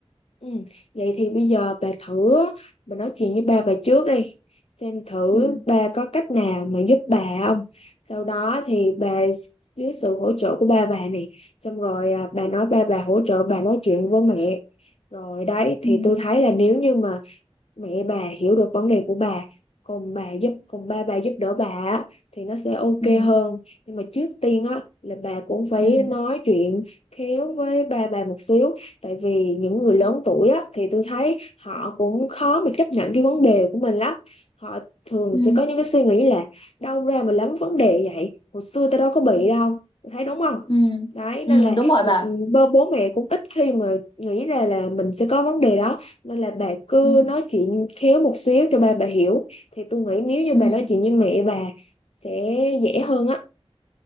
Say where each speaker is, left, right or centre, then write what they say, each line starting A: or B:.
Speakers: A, on the left (about 75°); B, on the left (about 50°).
A: ừ. vậy thì bây giờ bà thử bà nói chuyện với ba bà trước đi xem thử
B: ừ
A: ba có cách nào mà giúp bà không sau đó thì bà dưới sự hỗ trợ của ba bà này xong rồi à, bà nói ba bà hỗ trợ bà nói chuyện với mẹ rồi đấy thì
B: ừ
A: tôi thấy là nếu như mà mẹ bà hiểu được vấn đề của bà còn bà giúp còn ba bà giúp đỡ bà á, thì nó sẽ ok
B: ừ
A: hơn nhưng mà trước tiên á là bà cũng phải
B: ừ
A: nói chuyện khéo với ba bà một xíu tại vì những người
B: ừ
A: lớn tuổi á thì tôi thấy họ
B: ừ
A: cũng khó mà chấp nhận cái vấn đề của mình lắm họ thường
B: ừ
A: sẽ có những cái suy nghĩ là đâu ra mà lắm vấn đề vậy hồi xưa tao đâu có bị
B: ừ
A: đâu Tôi thấy đúng không
B: ừ
A: đấy
B: ừ
A: nên là
B: đúng rồi
A: người,
B: bà
A: bố bố mẹ cũng ít khi mà nghĩ ra là mình sẽ có vấn đề đó nên là bà cứ
B: ừ
A: nói chuyện khéo một xíu cho ba bà hiểu thì tôi nghĩ nếu như
B: ừ
A: bà nói chuyện với mẹ bà sẽ dễ hơn á